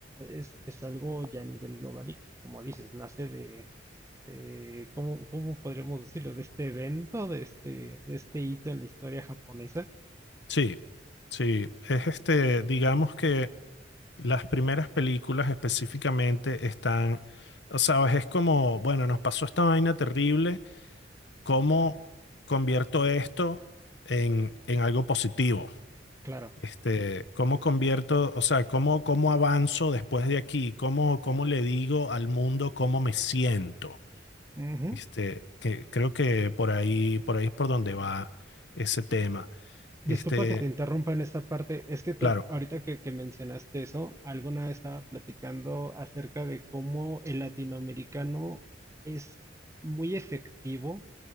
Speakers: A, on the right; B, on the left.
A: es, es algo ya a nivel global y como dices, nace de, de- ¿cómo, cómo podríamos decirlo? De este evento, de este, de este hito en la historia japonesa.
B: Sí, sí, es este, digamos que las primeras películas específicamente están, o sabes, es como, bueno, nos pasó esta vaina terrible, ¿cómo convierto esto en, en algo positivo?
A: Claro.
B: Este, ¿cómo convierto, o sea, cómo, cómo avanzo después de aquí? ¿Cómo, cómo le digo al mundo cómo me siento?
A: Ujú.
B: Este, que creo que por ahí, por ahí es por donde va ese tema. Este,
A: Disculpa que te interrumpa en esta parte. Es que te-
B: claro,
A: ahorita que, que mencionaste eso, alguna vez estaba platicando acerca de cómo el latinoamericano es muy efectivo